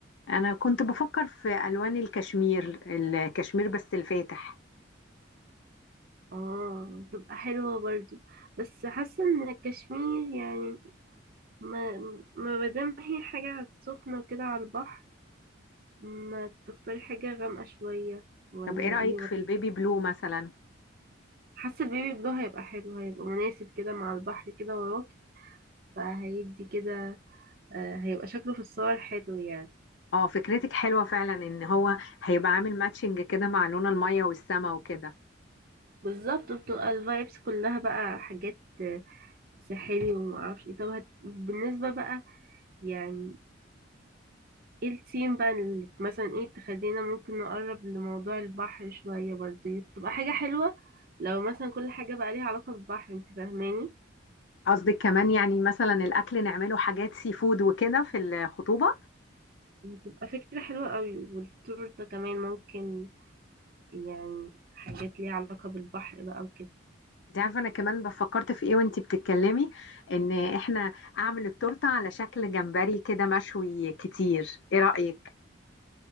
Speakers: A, on the left (about 65°); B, on the right (about 50°).
A: انا كنت بفكر في ألوان الكشمير الكشمير بس الفاتح
B: اه تبقى حلوة برضو بس حاسة ان الكشمير يعني ما ما مادام هي حاجة سخنة وكده على البحر ما تختاري حاجة غامقة شوية ولا
A: طب ايه رأيك
B: ايه
A: في البيبي بلو مثلا
B: حاسة البيبي بلو هيبقى حلو هيبقى مناسب كده مع البحر كده وراك فهيدي كده آه، هيبقى شكله في الصور حلو يعني
A: اه فكرتك حلوة فعلا ان هو هيبقى عامل ماتشنج كده مع لون المية والسما وكده
B: بالظبط بتبقى الفايبس كلها بقى حاجات آه، ساحلي ومعرفش ايه طب هت... بالنسبة بقى يعني ايه الثيم بقى اللي مثلا ايه تخلينا ممكن نقرب لموضوع البحر شوية برضه تبقى حاجة حلوة لو مثلا كل حاجة بقى ليها علاقة بالبحر انت فاهماني
A: قصدك كمان يعني مثلا الاكل نعمله حاجات سي فود وكده في الخطوبة
B: تبقى فكرة حلوة قوي والتورتة كمان ممكن يعني حاجات ليها علاقة بالبحر بقى وكده
A: انت عارفة انا كمان بفكرت في ايه وانت بتتكلمي ان احنا اعمل التورتة على شكل جمبري كده مشوي كتير ايه رأيك؟